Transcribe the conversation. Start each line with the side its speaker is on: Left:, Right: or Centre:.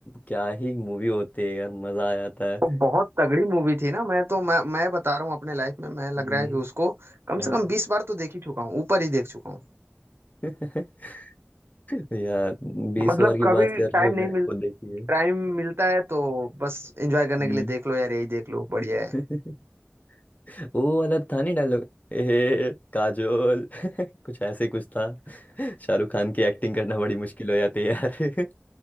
Left: क्या ही मूवी होती है यार मजा आ जाता है
Right: वो बहुत तगड़ी मूवी थी ना मैं तो मैं मैं बता रहा हूँ अपने लाइफ में मैं लग
Left: हम्म,
Right: रहा है कि उसको कम
Left: हाँ।
Right: से कम बीस बार तो देख ही चुका हूँ ऊपर ही देख चुका हूँ
Left: <laughs> यार बीस
Right: मतलब
Left: बार की
Right: कभी
Left: बात कर रहे
Right: टाइम
Left: हो
Right: नहीं
Left: मैंने
Right: मिल
Left: खुद देखी है
Right: टाइम मिलता है तो बस एंजॉय करने
Left: हम्म
Right: के लिए देख लो यार यही देख लो बढ़िया है
Left: <laughs> वो वाला था नहीं डायलॉग ए काजोल <laughs> कुछ ऐसे ही कुछ था शाहरुख खान की एक्टिंग करना बड़ी मुश्किल हो जाती है यार